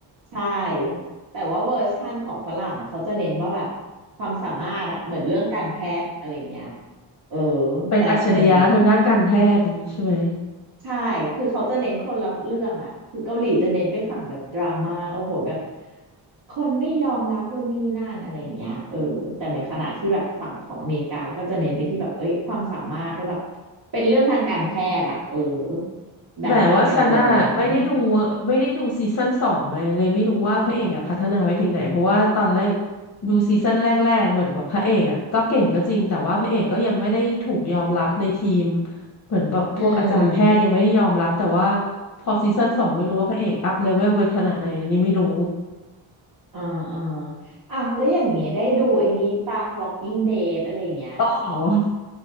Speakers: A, on the right; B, on the left.
A: ใช่แต่ว่าเวอร์ชั่นของฝรั่งอ่ะเขาจะเน้นว่าแบบความสามารถอ่ะเหมือนเรื่องการแพทย์อะไรอย่างเงี้ยเออ
B: เป็นอัจฉริยะทางด้านการแพทย์อย่างนี้ใช่ไหม
A: จะจะเน้น ใช่ คือเขาจะเน้นคนละเรื่องอ่ะคือเกาหลีจะเน้นไปฝั่งแบบดราม่าโอ้โหแบบคนไม่ยอมรับนู่นนี่นั่นอะไรอย่างเงี้ยเออแต่ในขณะที่แบบฝั่งของอเมริกาก็จะเน้นไปที่แบบเอ้ยความสามารถว่าแบบเป็นเรื่องทางการแพทย์อ่ะเออดราม่าเป็นตัวร้อง
B: แต่ว่าฉันน่ะไม่ได้ดูไม่ได้ดูซีซั่นสองเลยเลยไม่รู้ว่าพระเอกอะพัฒนาไปถึงไหนเพราะว่าตอนแรกดูซีซั่นแรกๆเหมือนกับพระเอกอะก็เก่งก็จริงแต่ว่าพระเอกก็ยังไม่ได้ถูกยอมรับในทีมเหมือนแบบพวกอาจารย์แพทย์ยังไม่ได้ยอมรับแต่ว่า
A: อืม
B: พอซีซั่นสองไม่รู้ว่าพระเอกอัพเลเวลไปขนาดไหนอันนี้ไม่รู้
A: อ่าอ่าอ่ะแล้วอย่างเงี้ยได้ดูไอ้นี่ป่ะ Walking Dead อะไรอย่างเงี้ย
B: อ๋อ